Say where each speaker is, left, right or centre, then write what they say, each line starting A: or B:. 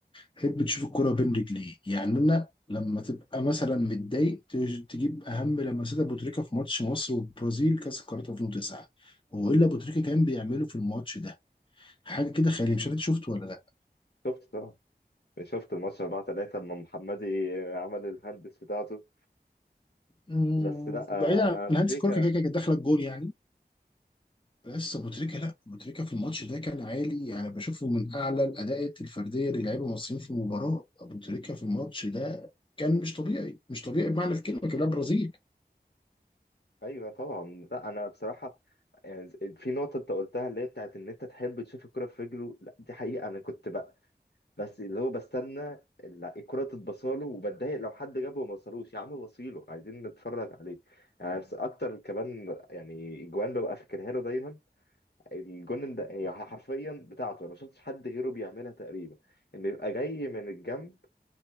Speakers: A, on the left; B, on the left.
A: حب تشوف الكرة بين رجليه يعني انا لما تبقى مثلا متضايق تج- تجيب اهم لمسات ابو تريكة في ماتش مصر والبرازيل كاس القارات 2009 هو ايه اللي ابو تريكة كان بيعمله في الماتش ده حاجه كده خياليه مش عارف انت شفته ولا لا
B: شفت طبعا شفت الماتش 4 3 لما محمدي عمل الهندس بتاعته
A: أمم،
B: بس لا آه،
A: بعيد عن
B: آه، ابو
A: هانس
B: تريكه
A: كلوكا كده كده كانت داخله الجون يعني بس ابو تريكة لا ابو تريكة في الماتش ده كان عالي يعني بشوفه من اعلى الاداءات الفرديه للاعيبه المصريين في المباراه ابو تريكة في الماتش ده كان مش طبيعي مش طبيعي بمعنى الكلمه كان لاعب برازيل
B: ايوه طبعا لا انا بصراحه يعني في نقطه انت قلتها اللي هي بتاعت ان انت تحب تشوف الكره في رجله لا دي حقيقه انا كنت بقى بس اللي هو بستنى ال- الكره تتبصاله وبتضايق لو حد جابه وما وصلوش يا عم وصيله عايزين نتفرج عليه يعني بس اكتر كمان يعني اجوان ببقى فاكرها له دايما الجون ده هي حرفيا بتاعته انا ما شفتش حد غيره بيعملها تقريبا ان بيبقى جاي من الجنب